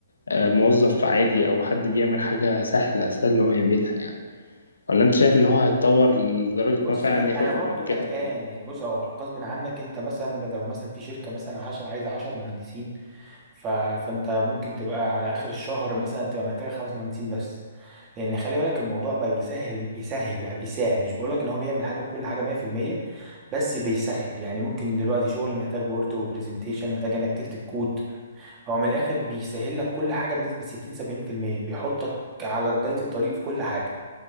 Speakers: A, on the left (about 80°); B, on the right (about 25°).
A: آه، موظف عادي او حد بيعمل حاجة سهلة سهل ان هو يعملها يعني ولا انت شايف ان هو هيتطور لدرجة ان
B: بص
A: هو فعلا
B: لا
A: ياخد
B: انا برضو
A: مكانه
B: قلقان
A: وكده
B: يعني بص هو غصب عنك انت مثلا لو مثلا في شركة مثلا عش- عايزة 10 مهندسين ف... فانت ممكن تبقى على اخر الشهر مثلا تبقى محتاج خمس مهندسين بس لان خلي بالك الموضوع بقى بيسهل بيسهل بقى بيساعد مش بقولك ان هو بيعمل حاجه بكل حاجه 100% بس بيسهل يعني ممكن دلوقتي شغل محتاج وورد وبرزنتيشن محتاج انك تكتب كود هو من الاخر بيسهل لك كل حاجه بنسبه 60 70% بيحطك على بدايه الطريق في كل حاجه